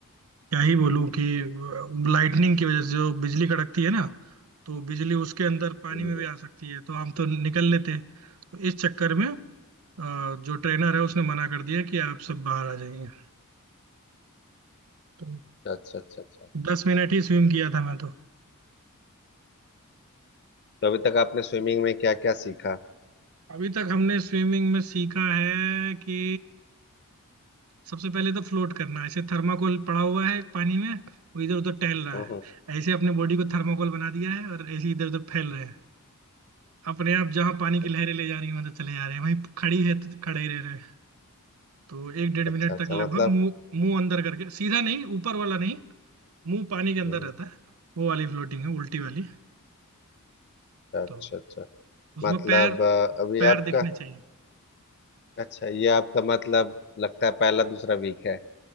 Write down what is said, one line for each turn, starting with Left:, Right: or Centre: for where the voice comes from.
Right: क्या ही बोलूं कि लाइटनिंग की वजह से जो बिजली कड़कती है ना तो बिजली उसके अंदर पानी
Left: हम्म,
Right: में भी आ सकती है तो हम तो निकल लेते हैं तो इस चक्कर में अ, जो ट्रेनर है उसने मना कर दिया कि आप सब बाहर आ जाइए तो
Left: अच्छा अच्छा अच्छा अच्छा
Right: दस मिनट ही स्विम किया था मैं तो
Left: तो अभी तक आपने स्विमिंग में क्या क्या सीखा
Right: अभी तक हमने स्विमिंग में सीखा है कि सबसे पहले तो फ्लोट करना है। ऐसे थर्माकोल पड़ा हुआ है पानी में वो इधर उधर टहल रहा
Left: हम्म
Right: है
Left: हम्म,
Right: ऐसे अपने बॉडी को थर्माकोल बना दिया है और ऐसे इधर उधर फैल रहे हैं अपने आप जहाँ पानी की
Left: अच्छा
Right: लहरें ले जा रही हैं वहां चले जा रहे हैं वहीं खड़ी है तो खड़े ही रह रहे हैं तो एक डेढ़
Left: अच्छा
Right: मिनट
Left: अच्छा,
Right: तक लगभग
Left: मतलब
Right: मुंह मुंह अंदर करके सीधा नहीं ऊपर वाला नहीं मुंह पानी के अंदर
Left: हम्म,
Right: रहता है वो वाली फ्लोटिंग है उल्टी वाली
Left: अच्छा अच्छा
Right: तो
Left: अच्छा
Right: उसमें
Left: मतलब
Right: पैर
Left: अ, अभी
Right: पैर
Left: आपका
Right: दिखने चाहिए
Left: अच्छा ये आपका मतलब लगता है पहला दूसरा वीक है